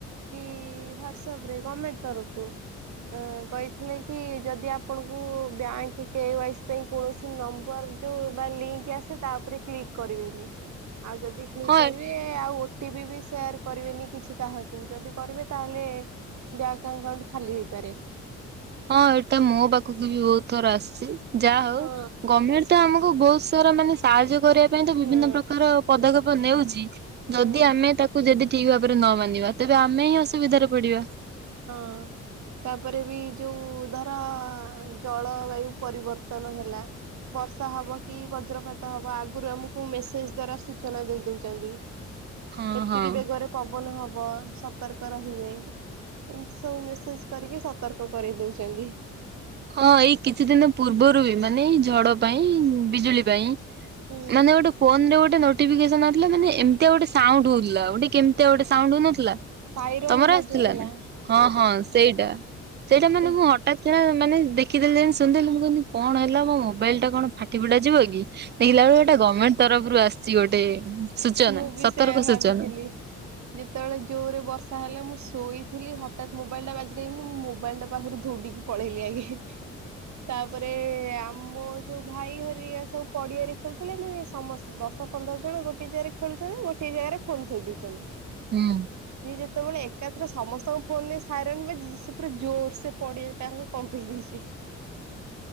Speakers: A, on the right; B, on the right.
A: କି ହ୍ଵାଟସଆପ ରେ ଗଭର୍ଣମେଣ୍ଟ ତରଫରୁ କହିଥିଲେ କି କି ଯଦି ଆପଣଙ୍କୁ ବ୍ୟାଙ୍କ୍ କେ ୱାଇ ସି ପାଇଁ କୌଣସି ନମ୍ବର ଯଉଁ ବା ଲିଙ୍କ୍ ଆସେ ତା ଉପରେ କ୍ଲିକ୍ କରିବେନି ଆଉ ଯଦି କ୍ଲିକ୍
B: ହଁ
A: କରିବେ ଆଉ ଓଟି ପି ବି ସେୟାର କରିବେନି କିଛି କାହାକୁ ଯଦି କରିବେ ତାହେଲେ ବ୍ୟାଙ୍କ ଆକାଉଣ୍ଟ ଖାଲି ହେଇପାରେ।
B: ହଁ ଏଇଟା ମୋ ପାଖକୁ ବି ବହୁତ ଥର ଆସିଛି ଯାହା ହଉ
A: ହଁ
B: ଗଭର୍ଣମେଣ୍ଟ ତ ଆମକୁ ବହୁତ ସ ଥର ମାନେ ସାହାଯ୍ୟ କରିବା ପାଇଁ ତ ବିଭିନ୍ନ
A: ହୁଁ
B: ପ୍ରକାର ପଦକ୍ଷେପ ନେଉଛି
A: ହୁଁ।
B: ଯଦି ଆମେ ତାକୁ ଯଦି ଠିକ୍ ଭାବରେ ନ ମାନିବା ତେବେ ଆମେ ହିଁ ଅସୁବିଧାରେ ପଡ଼ିବା।
A: ହଁ। ତାପରେ ବି ଯଉଁ ଧର ଜଳବାୟୁ ପରିବର୍ତ୍ତନ ହେଲା। ବର୍ଷା ହେବ କି ବଜ୍ରପାତ ହେବ ଆଗରୁ ଆମକୁ ମେସେଜ୍ ଦ୍ଵାରା ସୂଚନା ଦେଇ ଦେଉଛନ୍ତି।
B: <inaudible>
A: ଏତିକି
B: ହଁ
A: ବେଗରେ ପବନ ହବ ସତର୍କ ରହିବେ। ଏମିତି ସବୁ ମେସେଜ କରିକି ସତର୍କ କରେଇଦଉଛନ୍ତି।
B: ହଁ ଏଇ କିଛି ଦିନ ପୂର୍ବରୁ ବି ମାନେ ଏ ଝଡ଼ ପାଇଁ ବିଜୁଳି ପାଇଁ।
A: ହୁଁ।
B: ମାନେ ଗୋଟେ ଫୋନରେ ଗୋଟେ ନୋଫିକେସନ ଆସିଲା ମାନେ ଏମିତିଆ ଗୋଟେ ସାଉଣ୍ଡ ହଉଥିଲା ଗୋଟେ କେମତିଆ
A: ହଁ
B: ଗୋଟେ ସାଉଣ୍ଡ ହଉନଥିଲା।
A: ସାଇରନ୍
B: ତମର
A: ବାଜୁଥିଲା
B: ଆସିଥିଲା ନା ହଁ ହଁ ସେଇଟା ସେଇଟା ମାନେ
A: ସେ
B: ମୁଁ ହ ଟାତ୍ କିଣା ମାନେ ଦେଖିଦେଲି ଯେମତି ଶୁଣିଦେଲି ମୁଁ କହିଲି କଣ ହେଲା ମୋ ମୋବାଇଲ ଟା କଣ ଫାଟି ଫୁଟା ଯିବ କି। ଦେଖିଲା ବେଳକୁ ଏଟା ଗଭର୍ଣ୍ଣମେଣ୍ଟ ତରଫରୁ ଆସିଛି ଗୋଟେ ସୂଚନା
A: ମୁଁ ବି
B: ସତର୍କ
A: ସେୟା ଭାବିଥିଲି।
B: ସୂଚନା
A: ଯେତେବେଳେ ଜୋରେ ବର୍ଷା ହେଲା ମୁଁ ଶୋଇଥିଲି ହଠାତ୍ ମୋବାଇଲ୍ଟା ବାଜିଲାକିନି ମୁଁ ମୋବାଇଲ୍ଟା ପାଖରୁ ଧୌଡିକି ପଳେଇଲି ଆଗେ ତାପରେ ଆମ ଯୋଉ ଭାଇ ହରିକ ସବୁ ପଡିଆରେ ଖେଳୁଥିଲେ ମାନେ ସମସ୍ତେ ଦଶ ପନ୍ଦର ଜଣ ଗୋଟେ ଜା ଖେଳୁଛନ୍ତି ଗୋଟିଏ ଜାଗାରେ ଫୋନ୍ ଥୋଇ ଦେଇଛନ୍ତି।
B: ହୁଁ।
A: ସିଏ ଯେତେବେଳେ ଏକାଥରେ ସମସ୍ତଙ୍କ ଫୋନରେ ସାଇରନ ବା ସେ ପୁରା ଜୋରସେ ପଡ଼ିଆ ତାଙ୍କୁ କମ୍ପେଇ ଦେଇଛି।
B: <inaudible>